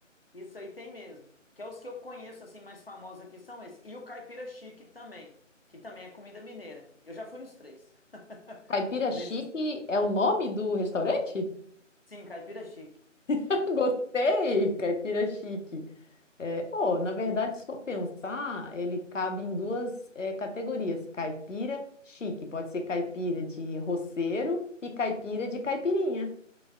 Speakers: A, on the left (about 50°); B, on the left (about 70°).
A: isso aí tem mesmo. Que é os que eu conheço assim mais famosos aqui são esses. E o caipira chique também, que também é comida mineira. Eu já fui nos três.
B: Caipira
A: <laughs>
B: Chique
A: Nesses,
B: é o nome do restaurante?
A: sim, caipira chique.
B: <laughs> Gostei, Caipira Chique. É, pô, na verdade,
A: Sim.
B: se for pensar, ele cabe em duas é, categorias: caipira chique, pode ser caipira de roceiro e caipira de caipirinha.